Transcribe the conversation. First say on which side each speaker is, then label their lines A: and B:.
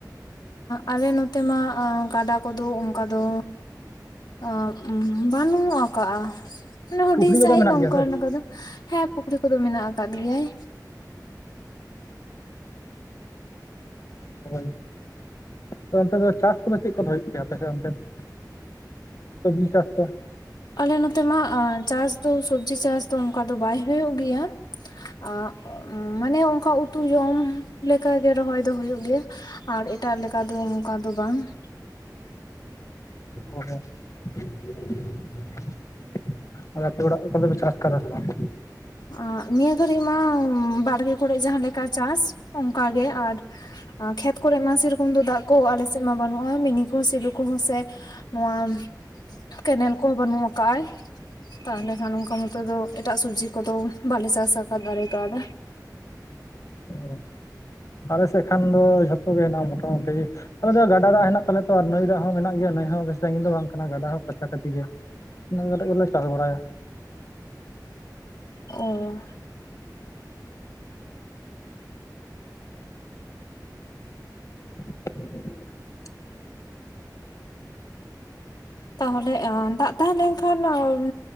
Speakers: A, on the left; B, on the left.
A: ᱟᱞᱮ ᱱᱚᱛᱮ ᱢᱟ, ᱜᱟᱰᱟ ᱠᱚᱫᱚ ᱚᱱᱠᱟ ᱫᱚ ᱟ ᱵᱟᱹᱱᱩᱜ ᱠᱟᱜᱼᱟ, ᱢᱟᱱᱮ ᱦᱩᱰᱤᱧ
B: ᱯᱩᱠᱷᱨᱤ ᱠᱚᱫᱚ
A: ᱥᱟᱺᱦᱤᱡ
B: ᱢᱮᱱᱟᱜ
A: ᱱᱚᱝᱠᱟ
B: ᱜᱮᱭᱟ ᱥᱮ?
A: ᱱᱚᱝᱠᱟ ᱫᱚ ᱦᱮᱸ, ᱯᱩᱠᱷᱨᱤ ᱠᱚᱫᱚ ᱢᱮᱱᱟᱜ ᱟᱠᱟᱫ ᱜᱮᱭᱟᱭ ᱾
B: ᱦᱳᱭ᱾ ᱟᱫᱚ ᱚᱱᱛᱮ ᱫᱚ ᱪᱟᱥ ᱠᱚᱫᱚ, ᱪᱮᱫ ᱠᱚᱫᱚ ᱦᱳᱭᱳᱜ ᱛᱟᱯᱮᱭᱟ ᱟᱯᱮ ᱥᱮᱫ ᱚᱱᱛᱮ ᱫᱚ? <inaudible> ᱥᱚᱵᱽᱡᱤ ᱪᱟᱥ ᱠᱚ ᱾
A: ᱟᱞᱮ ᱱᱚᱛᱮ ᱢᱟ, ᱪᱟᱥ ᱫᱚ ᱥᱚᱵᱡᱤ ᱪᱟᱥ ᱫᱚ, ᱚᱱᱠᱟ ᱫᱚ ᱵᱟᱭ ᱦᱳᱭᱳᱜ ᱜᱮᱭᱟ ᱾ ᱟᱸᱜ, ᱢᱟᱱᱮ ᱚᱱᱠᱟ ᱩᱛᱩ ᱡᱚᱢ ᱞᱮᱠᱟ ᱜᱮ, ᱨᱚᱦᱚᱭ ᱫᱚ ᱦᱳᱭᱳᱜ ᱜᱮᱭᱟ ᱟᱨ ᱮᱴᱟᱜ ᱞᱮᱠᱟ ᱫᱚ, ᱚᱱᱠᱟ ᱫᱚ ᱵᱟᱝ ᱾
B: ᱚ ᱦᱚᱸ, <unintelligible> <unintelligible> ᱟᱨ ᱟᱯᱮ ᱚᱲᱟᱜ ᱠᱚᱨᱮ ᱫᱚ, ᱯᱮ ᱪᱟᱥ ᱠᱟᱫᱟ ᱥᱮ ᱵᱟᱝ?
A: ᱟᱸᱜ, ᱱᱤᱭᱟᱹ ᱜᱷᱟᱹᱲᱤᱡ ᱢᱟ, ᱵᱟᱲᱜᱮ ᱠᱚᱨᱮᱜ ᱡᱟᱦᱟᱸ ᱞᱮᱠᱟ ᱪᱟᱥ ᱚᱱᱠᱟ ᱜᱮ ᱟᱨ ᱠᱷᱮᱛ ᱠᱚᱨᱮᱜ ᱢᱟ ᱥᱮᱨᱚᱠᱚᱢ ᱫᱚ, ᱫᱟᱜ ᱠᱚ ᱟᱞᱮ ᱥᱮᱫ ᱢᱟ ᱵᱟᱱᱩᱜ-ᱟ ᱾ᱢᱤᱱᱤ ᱠᱚᱦᱚᱸ ᱥᱮᱞᱩ ᱠᱚᱦᱚᱸ ᱥᱮ ᱱᱚᱣᱟ ᱠᱮᱱᱮᱞ ᱠᱚᱦᱚ ᱵᱟᱹᱱᱩᱜ ᱟᱠᱟᱜᱼᱟᱭ ᱾ ᱛᱟᱦᱚᱞᱮ ᱠᱷᱟᱱ ᱚᱱᱠᱟ ᱢᱚᱛᱚ ᱫᱚ, ᱮᱴᱟᱜ ᱥᱚᱵᱡᱤ ᱠᱚᱫᱚ ᱵᱟᱞᱮ ᱪᱟᱥ ᱟᱠᱟᱫ ᱫᱟᱲᱮ ᱠᱟᱣᱫᱟ ᱾
B: <unintelligible> ᱟᱞᱮ ᱥᱮᱫ ᱠᱷᱟᱱ ᱫᱚ, ᱡᱷᱚᱛᱚ ᱜᱮ ᱦᱮᱱᱟᱜᱼᱟ, ᱢᱚᱴᱟᱢᱩᱴᱤ ᱾ ᱟᱞᱮ ᱫᱚ ᱜᱟᱰᱟ ᱫᱟᱜ ᱦᱮᱱᱟᱜ ᱛᱟᱞᱮᱭᱟ ᱛᱚ, ᱟᱨ ᱱᱟᱹᱭ ᱫᱟᱜ ᱦᱚᱸ ᱢᱮᱱᱟᱜ ᱜᱮᱭᱟ ᱾ ᱱᱟᱹᱭ ᱦᱚᱸ ᱵᱮᱥᱤ ᱥᱟᱺᱜᱤᱧ ᱫᱚ ᱵᱟᱝ ᱠᱟᱱᱟ ᱜᱟᱰᱟ ᱦᱚᱸ ᱠᱟᱪᱷᱟ ᱠᱟᱪᱷᱤ ᱜᱮ ᱾ ᱤᱱᱟᱹᱜ ᱠᱟᱛᱮᱫ ᱜᱮᱞᱮ, ᱪᱟᱥ ᱵᱟᱲᱟᱭᱟ ᱾
A: <inaudible> ᱚ ᱾
B: <unintelligible>
A: ᱛᱟᱦᱚᱞᱮ ᱮᱸ ᱫᱟᱜ ᱛᱟᱸᱦᱮ ᱞᱱᱠᱷᱟᱱ ᱮᱸ